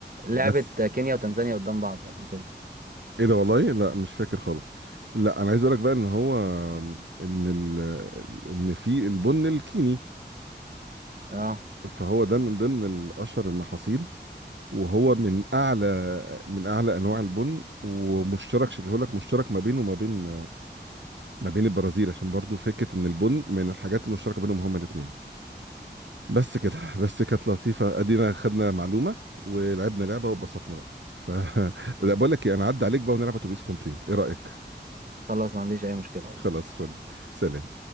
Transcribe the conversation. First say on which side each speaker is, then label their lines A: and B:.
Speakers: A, on the right; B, on the right.
A: لعبت
B: بس
A: كينيا وتنزانيا قدام بعض قبل كده
B: ايه ده والله لا مش فاكر خالص لا انا عايز اقول لك بقى ان هو ان ال... ان في البن الكيني
A: اه
B: فهو ده من ضمن الاشهر المحاصيل وهو من اعلى من اعلى انواع البن ومشترك شكله لك مشترك ما بينه وما بين ما بين البرازيل عشان برضو فكرة ان البن من الحاجات المشتركة بينهم هما الاثنين بس كده بس كانت لطيفة ادينا خدنا معلومة ولعبنا لعبة واتبسطنا بقى ف <laughs> لا بقول لك ايه انا عدى عليك بقى ونلعب اتوبيس كومبليت ايه رأيك
A: خلاص ما عنديش اي مشكلة والله
B: خلاص فل سلام